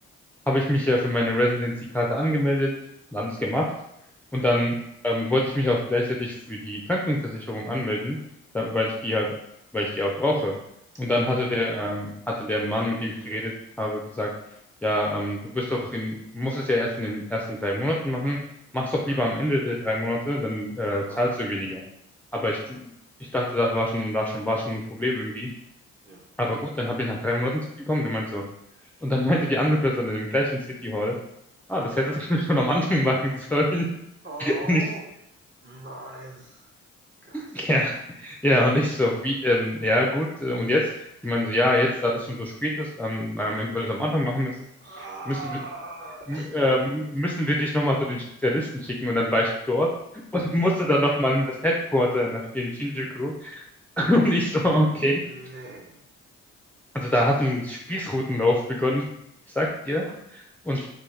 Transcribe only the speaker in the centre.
habe ich mich ja für meine Residency-Karte angemeldet und alles gemacht. Und
dann ähm, wollte ich mich auch gleichzeitig für die Krankenversicherung anmelden, da, weil
ich die halt, weil ich die auch brauche. Und
dann hatte
der,
ähm, hatte der Mann, mit dem ich geredet habe, gesagt, ja, ähm, du bist doch in, du musst es ja erst in den ersten drei Monaten machen. Mach's doch
lieber am Ende der drei Monate, dann äh, zahlst
du weniger. Aber
ich,
ich dachte, das war schon, war schon, war schon ein Problem irgendwie
aber gut, dann habe ich nach drei Monaten zurückgekommen, der meinte so. Und dann meinte die andere Person in dem gleichen City Hall, ah, das hättest du <laughs> schon am Anfang machen sollen.
<laughs> Nicht,
ja, ja, und ich so, wie, ähm, ja, gut, äh, und jetzt? Die meinen so, ja, jetzt, da das schon so spät ist, ähm, ähm, weil du es am Anfang machen müsstest,
müssen wir, m- ähm, müssen wir dich nochmal zu den Spezialisten schicken und dann war du dort und musste dann nochmal in das Headquarter nach in Shinjuku. <laughs>
Und ich so, okay.
Also da hat ein Spießrutenlauf begonnen, ich sag dir. Und